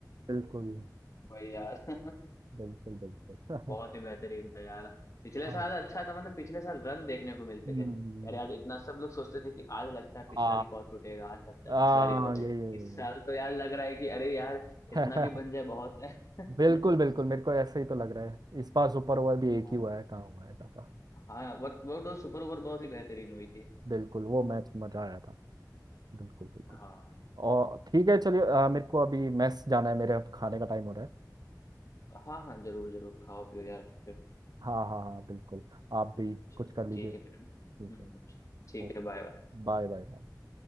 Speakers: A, on the right; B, on the left.
A: बिल्कुल
B: वही यार <laughs>
A: बिल्कुल बिल्कुल
B: बहुत
A: <laughs>
B: ही बेहतरीन था यार पिछले
A: हाँ
B: साल अच्छा था मतलब पिछले साल रन देखने को मिलते
A: हम्म,
B: थे यार यार इतना सब लोग सोचते थे कि आज लगता है पिछला
A: आ
B: रिकॉर्ड टूटेगा आज लगता है
A: आ
B: पिछला रिकॉर्ड
A: ये ये ये
B: इस साल तो यार लग रहा है कि अरे यार इतना
A: ये।
B: भी बन
A: <laughs>
B: जाए बहुत है <laughs>
A: बिल्कुल बिल्कुल मेरे को ऐसे ही तो लग रहा है इस बार सुपर ओवर भी एक
B: हाँ
A: ही हुआ है कहाँ हुआ है दादा
B: हाँ वो वो तो सुपर ओवर बहुत ही बेहतरीन हुई थी
A: बिल्कुल वो मैच मजा आया था बिल्कुल बिल्कुल
B: हाँ
A: और ठीक है चलिए आ, मेरे को अभी मेस जाना है मेरे खाने का टाइम हो रहा है
B: हाँ हाँ जरूर जरूर खाओ पियो यार फिर
A: हाँ हाँ हाँ बिल्कुल आप भी
B: चलो
A: कुछ कर लीजिए
B: ठीक है फिर हम्म
A: ठीक है
B: ठीक
A: Okay
B: है बाय बाय
A: bye bye bye.